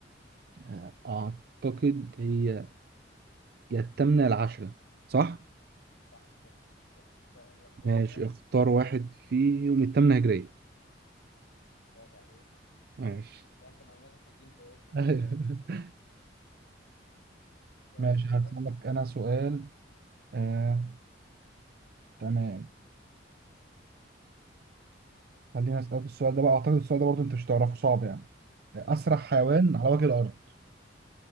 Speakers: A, on the right; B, on the left.
A: آه، اعتقد هي يا الثامنه العشره صح
B: صح كده اختار لك واحده
A: ماشي اختار واحد فيهم التامنة هجرية
B: برافو عليك
A: ماشي
B: لا انت معلوماتك في الدين كويسه ما
A: <laughs>
B: شاء الله يلا
A: ماشي
B: سؤالك
A: هسألك أنا سؤال آه، تمام خليني أسألك السؤال ده بقى أعتقد السؤال ده برضه أنت مش تعرفه صعب يعني أسرع حيوان
B: طب يلا.
A: على وجه الأرض